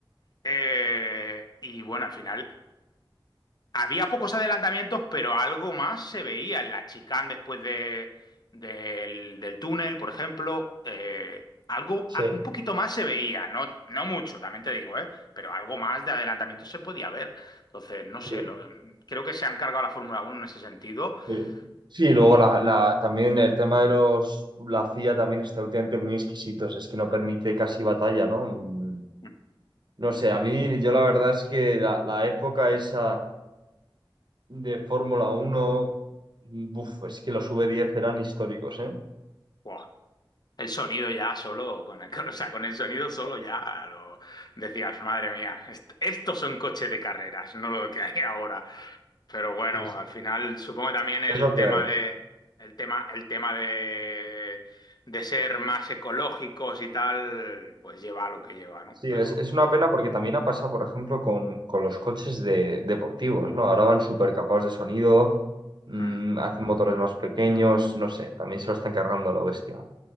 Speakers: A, on the left; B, on the right.
A: Eh, y bueno, al final había pocos adelantamientos, pero algo más se veía en la chicane después de, del, del túnel, por ejemplo. eh, algo,
B: Sí,
A: a- un poquito más se veía, no, no mucho, también te digo, ¿eh? Pero algo más de adelantamiento se podía ver. Entonces, no sé,
B: sí.
A: lo- creo que se han cargado la Fórmula Uno en ese sentido
B: Sí, Sí,
A: y...
B: y luego la, la- también el tema de los, la CIA también está últimamente muy exquisitos, es que no permite casi batalla, ¿no? Mm,
A: mm,
B: No sé, a mí yo la verdad es que la, la época esa de Fórmula uno buf, es que los v diez eran históricos, ¿eh?
A: buah, El sonido ya solo, con el, <laughs> co- o sea, con el sonido solo
B: Buah,
A: ya lo decías, madre mía, est- estos son coches de carreras, no lo que hay ahora. Pero bueno,
B: Sí, sí.
A: al final supongo que también el
B: Es lo que
A: tema
B: hay.
A: de el tema el tema de de ser más ecológicos y tal, pues lleva a lo que lleva, ¿no?
B: Sí,
A: Pero
B: es, es una pena porque también ha pasado, por ejemplo, con, con los coches de, deportivos, ¿no? Ahora van súper capados de sonido, mm,
A: hmm.
B: hacen motores más pequeños, no sé, también se lo están cargando a lo bestia.